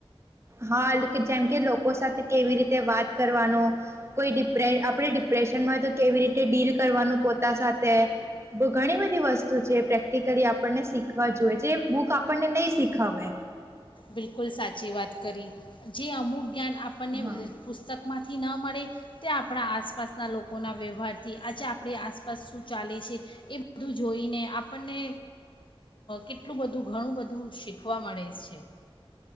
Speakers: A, on the right (about 25°); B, on the left (about 55°).
A: હા જેમ કે લોકો સાથે કેવી રીતે વાત કરવાનું. કોઈ ડિપ આપણે ડિપ્રેશનમાં તો કેવી રીતે ડીલ કરવાનું પોતા સાથે, ઘણી બધી વસ્તુ છે પ્રેક્ટિકલી આપણને શીખવા જોઈએ જે બુક આપણને નહી શીખવે.
B: બિલકુલ સાચી વાત કરી, જે અમુક જ્ઞાન આપણને
A: હા
B: પુસ્તકમાંથી થી ન મળે, ત્યાં આપણા આસપાસના લોકોના વ્યવહારથી આજે આપણી આસપાસ શું ચાલે છે, એ બધું જોઈને આપણને કેટલું બધું ઘણું બધું શીખવા મળે છે.